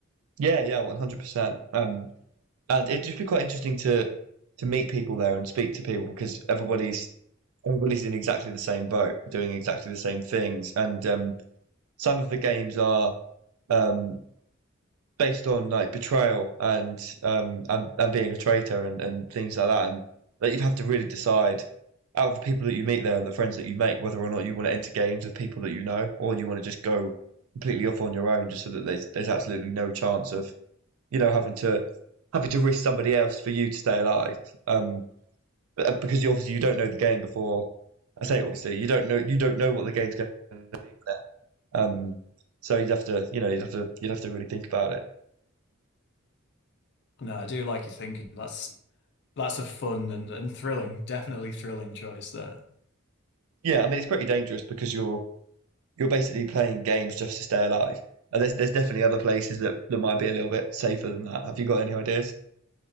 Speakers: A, on the right; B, on the left.
A: Yeah, yeah, one hundred percent. Um, and it'd just be quite interesting to to meet people there and speak to people because everybody's everybody's in exactly the same boat, doing exactly the same things. And um, some of the games are um, based on like betrayal and um, and, and being a traitor and, and things like that. And that you'd have to really decide out of the people that you meet there and the friends that you make whether or not you want to enter games with people that you know or you want to just go completely off on your own just so that there's there's absolutely no chance of you know having to having to risk somebody else for you to stay alive. Um, but, uh, because you obviously you don't know the game before. I say obviously you don't know you don't know what the game's going to be. Um, so you'd have to you know you'd have to you'd have to really think about it.
B: No, I do like your thinking. That's That's a fun and, and thrilling, definitely thrilling choice there.
A: Yeah, I mean it's pretty dangerous because you're you're basically playing games just to stay alive. And there's there's definitely other places that, that might be a little bit safer than that. Have you got any ideas?